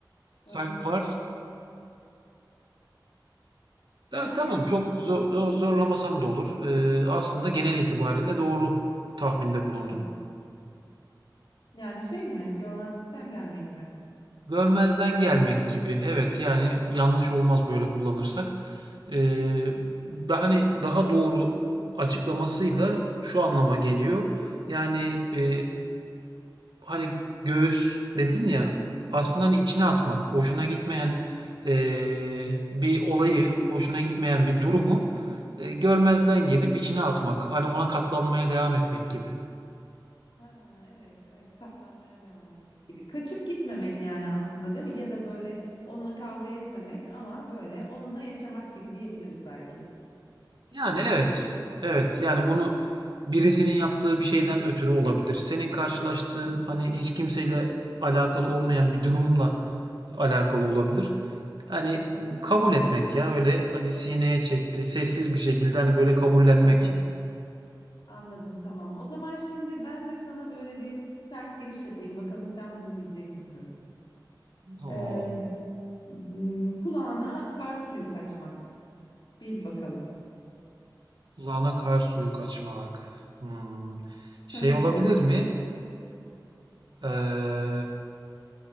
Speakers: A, on the left; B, on the right.
A: e,
B: Kalp var. Ya,
A: yani
B: tamam
A: aslında
B: çok zor- zor- zorlamasam da olur. Ee, aslında genel itibariyle doğru tahminde bulundun.
A: ha, yani şey mi görmezlikten gelmek mi?
B: Görmezden gelmek gibi. Evet yani yanlış olmaz böyle kullanırsak. Ee, daha hani daha doğru açıklamasıyla şu anlama geliyor. Yani e, hani göğüs dedin ya aslında hani içine atmak, hoşuna gitmeyen eee, bir olayı, hoşuna gitmeyen bir durumu e, görmezden
A: Aynen.
B: gelip içine atmak. Hani ona katlanmaya devam etmek gibi.
A: Ha, evet evet katlanmaya devam etmek gibi. Kaçıp gitmemek yani aslında değil mi? Ya da böyle onunla kavga etmemek ama böyle onunla yaşamak gibi diyebiliriz belki.
B: Yani evet, evet. Yani bunu birisinin yaptığı bir şeyden ötürü olabilir. Senin karşılaştığın hani hiç kimseyle alakalı olmayan bir durumla alakalı olabilir. Hani kabul etmek ya öyle hani sineye çekti sessiz bir şekilde hani böyle kabullenmek.
A: Anladım. Anladım tamam. O zaman şimdi ben de sana böyle bir sert giriş yapayım. Bakalım sen bunu bilecek misin?
B: Oo,
A: Ee, m, kulağına kar suyu kaçmak. Bil bakalım.
B: lana kar suyu kaçmak. Hmm. Şey
A: <laughs> Hı hı.
B: olabilir mi? Ee,